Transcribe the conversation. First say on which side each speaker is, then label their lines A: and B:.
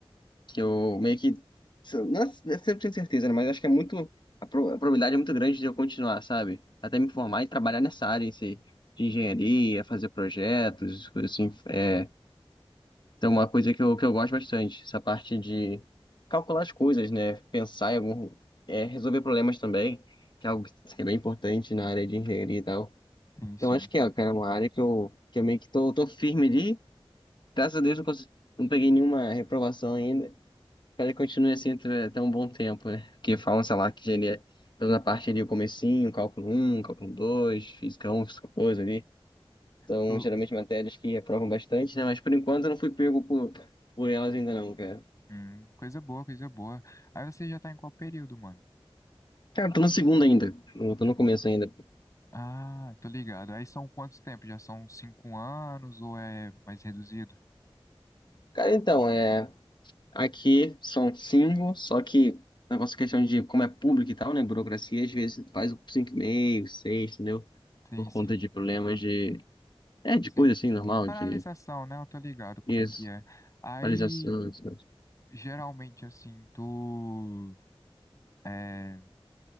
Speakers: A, on the left; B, on the left.
A: Que eu meio que. se eu- Não é não é 100% certeza, né? Mas acho que é muito. A pro- a probabilidade é muito grande de eu continuar, sabe? Até me formar e trabalhar nessa área em si, de engenharia, fazer projetos, coisas assim. é, Então, uma coisa que eu, que eu gosto bastante, essa parte de calcular as coisas, né? Pensar em algum. é, resolver problemas também, que é algo que é bem importante na área de engenharia e tal.
B: Sim,
A: Então,
B: sim.
A: acho que é, cara, é uma área que eu, que eu meio que tô, tô firme ali. Graças a Deus, não, consegui, não peguei nenhuma reprovação ainda. Espero que continue assim até até um bom tempo, né? Porque falam, sei lá, que engenharia, toda a parte ali, o comecinho, cálculo um, cálculo 2, física um, física 2 ali. São
B: Tu,
A: geralmente matérias que reprovam bastante, né? Mas por enquanto eu não fui pego por, por elas ainda não, cara.
B: Hum, coisa boa, coisa boa. Aí você já tá em qual período, mano?
A: Cara, tô no segundo ainda. Eu tô
B: Tá.
A: no começo ainda.
B: Ah, tô ligado. Aí são quantos tempos? Já são cinco anos ou é mais reduzido?
A: Cara, então, é... Aqui são cinco, só que negócio é questão de como é público e tal, né? Burocracia, às vezes faz um cinco e meio, seis, entendeu?
B: Sim,
A: Por
B: sim.
A: conta de problemas de... É, de
B: Sim.
A: coisa assim, normal,
B: Paralisação,
A: de...
B: né? Eu tô ligado como
A: Isso.
B: é que é. Aí,
A: Atualização, isso.
B: geralmente, assim, tu. é,